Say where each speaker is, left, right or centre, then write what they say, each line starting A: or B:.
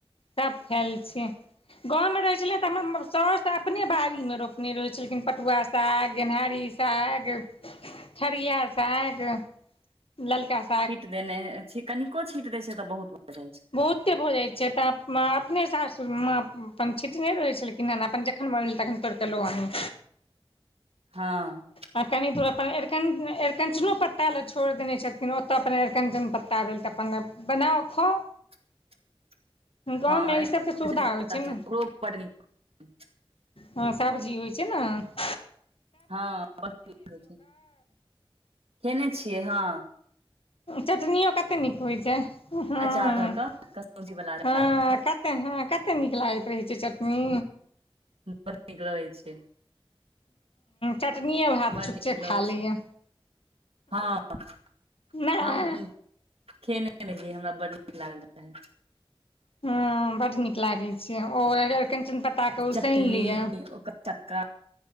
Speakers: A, on the left; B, on the right.
A: सब फेल छैय गाँव में रहै छेलियै तऽ हमर साउस अपने बाड़ी में रोपने रहै छलखिन पटुआ साग गेनहारी साग ठरिया साग <inaudible> ललका सा
B: छीट देने छी कनिको छीट दय छै तऽ बहुत भऽ जाइ छैइ
A: बहुते भऽ जाइ छैइ तऽ माँ अपने सासुर मे माँ अपन छिटने रहै छेलखीन अपन जखन मनहोइ भेल तखन तोइर लऽ आनु
B: हँ
A: हँ कनि दूर अपन अर अरिकंचनो पत्ता लए छोड़ देने छेथिन ओ तऽ अपन अरिकंचन पत्ता भेल तऽ अपन बनाउ खाउ
B: <unintelligible>
A: गाँवमे ई सबके सुविधा होइ छै ने हँ सब्जी होइ छैय न <unintelligible>
B: हँ <unintelligible> खने छियै हँ
A: चटनियो कतेक नीक होइ छै हँ <unintelligible>
B: अचार धऽ कऽ कसौजी वाला अचार धऽ कऽ
A: कते हँ कतेक नीक लागैत रहै छैइ चटनी
B: बड़ नीक रहै छैइ
A: चटनीय भात
B: बड
A: छुछे
B: नीक लगै
A: खा लैय
B: छै <unintelligible>
A: नहि
B: हम खेने रहियै हमरा बड नीक लागल रेहा
A: हूँ बड नीक लागे छैय ओ अरिकंचन पत -- ता कऽ उसैन
B: चटनी
A: लिअ <inaudible>
B: ओकर चक्का